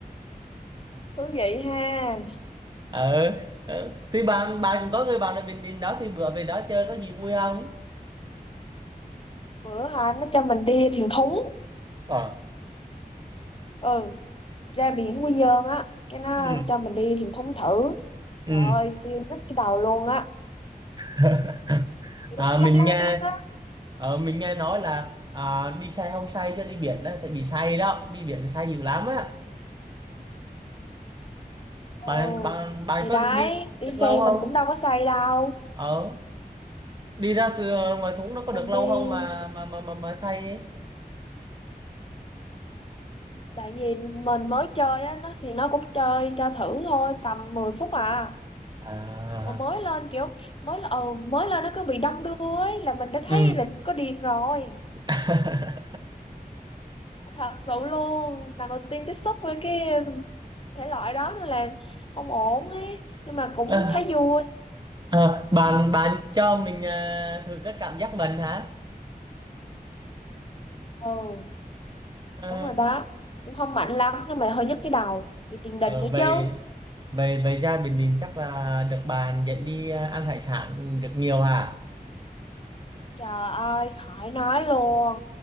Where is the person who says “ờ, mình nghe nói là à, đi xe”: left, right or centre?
Right